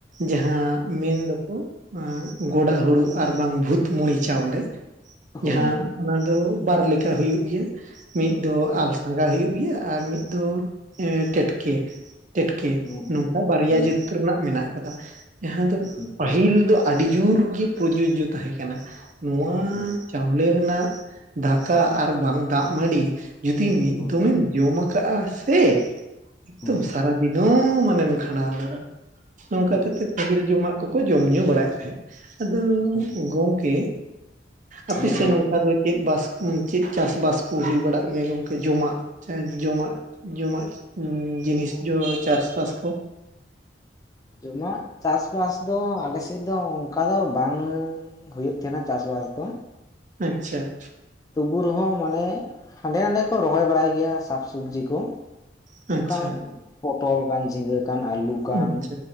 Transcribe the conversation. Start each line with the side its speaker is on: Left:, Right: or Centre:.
Right: ᱡᱟᱦᱟᱸ ᱢᱮᱱ ᱫᱚ ᱠᱩᱡ ᱟᱝ ᱜᱚᱰᱟ ᱦᱩᱲᱩ ᱟᱨ ᱵᱟᱝ ᱵᱷᱩᱛᱢᱲᱤ ᱪᱟᱣᱞᱮ
Left: ᱦᱳᱭ
Right: ᱡᱟᱦᱟᱸ
Left: ᱦᱳᱭ
Right: ᱚᱱᱟ ᱫᱚ ᱵᱟᱨ ᱞᱮᱠᱟ ᱦᱩᱭᱩᱜ ᱜᱮᱭᱟ ᱢᱤᱫᱜ ᱫᱚ ᱟᱞ ᱯᱟᱸᱜᱟᱣ ᱦᱩᱭᱩᱜ ᱜᱮᱭᱟ ᱟᱨ ᱢᱤᱫ ᱫᱚ ᱴᱮᱴᱠᱮ᱾ ᱴᱮᱴᱠᱮ
Left: ᱦᱩᱸ
Right: ᱱᱚᱝᱠᱟ ᱵᱟᱨᱭᱟ
Left: ᱦᱩᱸ
Right: ᱡᱟᱹᱛ ᱨᱮᱱᱟᱜ ᱢᱮᱱᱟᱜ ᱟᱠᱟᱫᱟ ᱡᱟᱦᱟᱸ ᱫᱚ
Left: ᱦᱩᱸ
Right: ᱯᱟᱹᱦᱤᱞ ᱫᱚ ᱟᱹᱰᱤ ᱡᱩᱨᱜᱮ ᱯᱨᱚᱡᱳᱡᱳ ᱛᱟᱦᱮᱸ ᱠᱟᱱᱟ ᱱᱚᱣᱟ
Left: ᱦᱩᱸ
Right: ᱪᱟᱣᱞᱮ ᱨᱮᱱᱟᱜ ᱫᱟᱠᱟ ᱟᱨ ᱵᱟᱝ ᱫᱟᱜ ᱢᱟᱹᱰᱤ ᱡᱩᱫᱤ ᱢᱤᱫ
Left: ᱦᱩᱸ
Right: ᱫᱚᱢᱮᱢ ᱡᱚᱢᱟ ᱠᱟᱜᱼᱟ ᱥᱮ
Left: ᱦᱮᱸ
Right: ᱠᱤᱱᱛᱩ ᱥᱟᱨᱟ ᱫᱤᱱ ᱦᱚᱸ ᱢᱟᱱᱮᱢ ᱠᱷᱟᱸᱰᱟᱣ ᱜᱚᱫᱟ᱾ ᱱᱚᱝᱠᱟ
Left: ᱦᱮᱸ
Right: ᱠᱟᱛᱮᱜ ᱯᱟᱹᱦᱤᱞ ᱡᱚᱢᱟᱜ ᱠᱚᱠᱚ ᱡᱚᱢ ᱧᱩ ᱵᱟᱲᱟᱭᱮᱫ ᱛᱟᱦᱮᱸᱫ ᱟᱫᱚ
Left: ᱦᱩᱸ
Right: ᱜᱚᱝᱠᱮ ᱟᱯᱮᱥᱮᱫ
Left: ᱦᱮᱸ ᱞᱟᱹᱭ
Right: ᱱᱚᱸᱠᱟ
Left: ᱵᱮᱱ
Right: ᱫᱚ ᱪᱮᱫ ᱵᱟᱥ ᱪᱮᱫ ᱪᱟᱥᱵᱟᱥ ᱠᱚ ᱦᱩᱭ ᱵᱟᱲᱟᱜ ᱜᱮᱭᱟ ᱜᱚᱝᱠᱮ ᱡᱚᱢᱟᱜ? ᱦᱚᱸ ᱡᱚᱢᱟᱜ ᱡᱚᱢᱟᱜ ᱮᱸ ᱡᱤᱱᱤᱥ ᱡᱚ ᱪᱟᱥᱵᱟᱥ ᱠᱚ
Left: ᱡᱚᱢᱟᱜ ᱪᱟᱥᱵᱟᱥ ᱫᱚ ᱟᱞᱮᱥᱮᱫ ᱫᱚ ᱚᱱᱠᱟ ᱫᱚ ᱵᱟᱝ ᱦᱩᱭᱩᱜ ᱛᱟᱦᱮᱱᱟ ᱪᱟᱥ ᱵᱟᱥ ᱫᱚ᱾
Right: ᱟᱪᱪᱷᱟ᱾
Left: ᱛᱩᱵᱩ ᱨᱮᱦᱚᱸ ᱢᱟᱱᱮ ᱦᱟᱸᱰᱮ ᱱᱟᱰᱮ ᱠᱚ ᱨᱚᱦᱚᱭ ᱵᱟᱲᱟᱭ ᱜᱮᱭᱟ ᱥᱟᱵ ᱥᱚᱵᱡᱤ ᱠᱚ
Right: ᱟᱪᱪᱷᱟ,
Left: ᱚᱱᱠᱟᱱ ᱯᱚᱴᱚᱞ ᱠᱟᱱ ᱡᱷᱤᱸᱜᱟᱹ ᱠᱟᱱ ᱟᱹᱞᱩ ᱠᱟᱱ
Right: ᱟᱪᱪᱷᱟ᱾